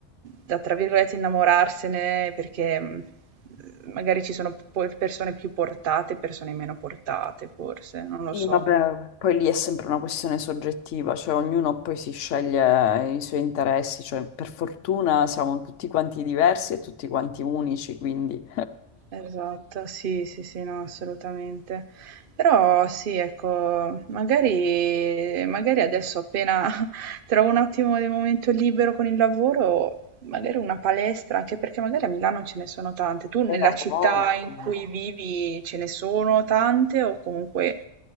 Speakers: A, on the right; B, on the left.
A: da tra virgolette "innamorarsene" perché, mhmm, magari ci sono po persone più portate e persone meno portate forse, non lo
B: Sì,
A: so.
B: vabbè, poi lì è sempre una questione soggettiva, cioè ognuno poi si sceglie i suoi interessi, cioè per fortuna siamo tutti quanti diversi e tutti quanti unici, quindi...
A: Esatto, sì, sì, sì, no, assolutamente. Però sì, ecco, magari, magari adesso appena <laughs> trovo un attimo di momento libero con il lavoro, magari una palestra, anche perché magari a Milano ce ne sono tante. Tu nella
B: Eh, a
A: città
B: voglia.
A: in cui vivi ce ne sono tante o comunque